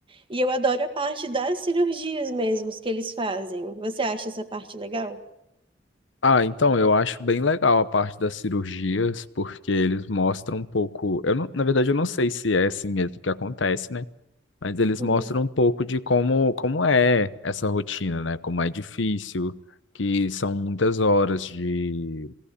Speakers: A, on the right; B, on the left.
A: E eu adoro a parte das cirurgias mesmo que eles fazem. Você acha essa parte legal?
B: Ah, então eu acho bem legal a parte das cirurgias, porque eles mostram um pouco. Eu não, na verdade, eu não sei se é assim mesmo que acontece, né? Mas eles
A: Uhum.
B: mostram um pouco de como, como é essa rotina, né? Como é difícil, que são muitas horas de